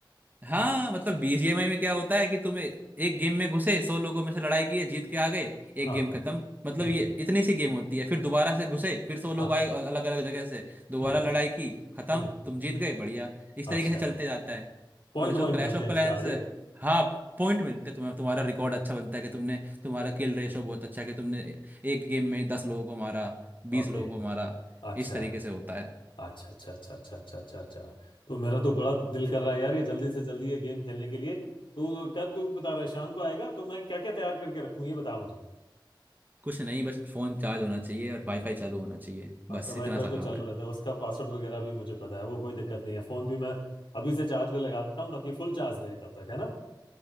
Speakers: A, on the right (about 20°); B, on the left (about 80°).
A: हाँ मतलब बीजीएमआई में क्या होता है कि तुम ए- एक गेम में घुसे सौ लोगों में से लड़ाई की है जीत के आ गए एक
B: हाँ
A: गेम खत्म मतलब
B: हम्म
A: ये इतनी सी गेम होती है फिर दोबारा से घुसे फिर सौ लोग
B: हाँ
A: आए अलग अलग जगह से दोबारा
B: हम्म
A: लड़ाई की खत्म
B: हम्म
A: तुम जीत
B: हम्म,
A: गए बढ़िया इस तरीके
B: अच्छा
A: से चलते जाता है
B: पॉइंट
A: और जो
B: पॉइंट
A: क्लैश
B: मिलते
A: ऑफ
B: हैं
A: क्लैंस
B: उसके आगे
A: है हाँ पॉइंट मिलते हैं तुम्हें तुम्हारा रिकॉर्ड अच्छा बनता है कि तुमने तुम्हारा किल रेशो बहुत अच्छा है कि तुमने एक गेम में दस लोगों को मारा बीस
B: ओके
A: लोगों को मारा
B: अच्छा
A: इस तरीके से होता है
B: अच्छा अच्छा अच्छा अच्छा अच्छा अच्छा अच्छा तो मेरा तो बड़ा दिल कर रहा है यार ये जल्दी से जल्दी ये गेम खेलने के लिए तू कब तू बता रहा है शाम को आएगा तो मैं क्या क्या तैयार करके रखूँ ये बता मुझे
A: कुछ नहीं बस फोन चार्ज होना चाहिए और वाईफाई चालू होना चाहिए
B: अच्छा
A: बस
B: वाईफाई
A: इतना सा
B: तो
A: काम
B: चालू
A: है
B: रहता है उसका पासवर्ड वगैरह भी मुझे पता है वो कोई दिक्कत नहीं है फोन भी मैं अभी से चार्ज पे लगा देता हूँ ताकि फुल चार्ज रहे तब तक है ना